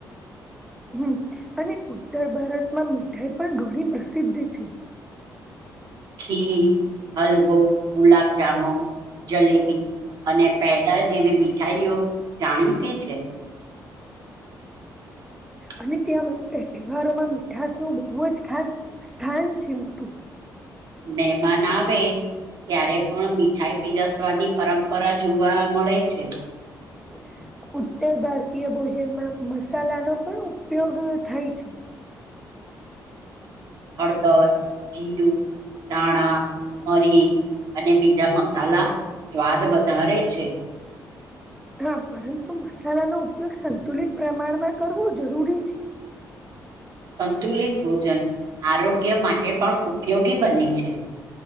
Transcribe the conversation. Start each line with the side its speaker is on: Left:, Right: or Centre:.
Centre: હમ અને ઉત્તર ભારતમાં મીઠાઈ પણ ઘણી પ્રસિદ્ધ છે.
Right: ખીર, હલવો, ગુલાબ-જામુન જલેબી અને પેડા જેવી મીઠાઈઓ જાણીતી છે. <inaudible>
Centre: અને ત્યાં તહેવારોમાં મીઠાસ નું બહુ જ ખાસ સ્થાન છે મોટું
Right: મહેમાન આવે ત્યારે પણ મીઠાઈ પીરસવાની પરંપરા જોવા મળે છે.
Centre: ઉ ઉત્તર ભારતીય ભોજનમાં મસાલાનો પણ ઉપયોગ થાય છે.
Right: હળદર, જીરું, દાણા, મરી અને બીજા મસાલા સ્વાદ વધારે છે.
Centre: હા પરંતુ મસાલાનો ઉપયોગ સંતુલિત પ્રમાણમાં કરવો જરૂરી છે.
Right: સંતુલિત ભોજન આરોગ્ય માટે પણ ઉપયોગી બને છે.